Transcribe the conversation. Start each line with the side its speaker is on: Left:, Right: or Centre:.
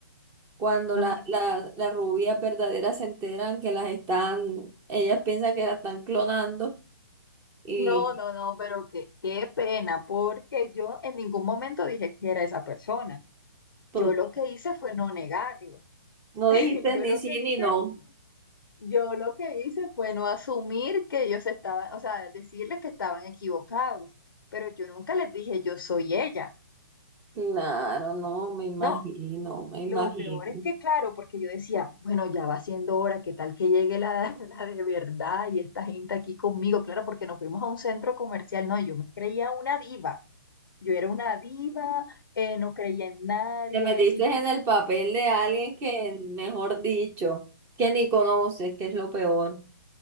Right: cuando
Left: no,
Right: la,
Left: no,
Right: la,
Left: no, pero,
Right: las rubias verdaderas se enteran que las están, ellas piensan que las están clonando y
Left: no, no, no, pero qué, qué pena, porque yo en ningún momento dije que era esa persona.
Right: todo.
Left: Yo lo que hice fue no negarlo.
Right: No
Left: <laughs>
Right: dijiste
Left: Yo
Right: ni
Left: lo que
Right: sí
Left: hice
Right: ni no.
Left: no. Yo lo que hice fue no asumir que ellos estaban, o sea, decirles que estaban equivocados, pero yo nunca les dije yo soy ella.
Right: Claro, no, me imagino,
Left: No,
Right: me imagino.
Left: lo peor es que, claro, porque yo decía, bueno, ya va siendo hora, ¿qué tal que llegue la, <laughs> la de verdad y esta gente aquí conmigo? Claro, porque nos fuimos a un centro comercial, no, yo me creía una diva. Yo era una diva, eh, no creía en nadie,
Right: Te metiste
Left: si
Right: en el papel de alguien que, mejor dicho, que ni conoces, que es lo peor.